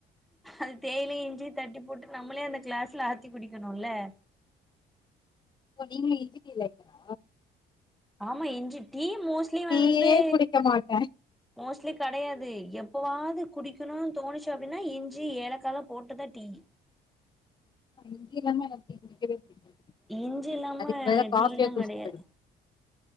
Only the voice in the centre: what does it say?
அது தேயிலயு இஞ்சியு தட்டி போட்டு நம்மளே அந்த க்ளாஸ்ல ஆத் தி குடிக்கணுல
ஆமா இஞ்சி டீ மோஸ்ட்லி
வந்து
மோஸ்ட்லி கடையாது எப்பவாது குடிக்கணு தோனுச்சு அப்டின்னா இஞ்சி ஏலக்காலா போட்டுதா டீ
இஞ்சி இல்லாம
டீல்லா
கெடையாது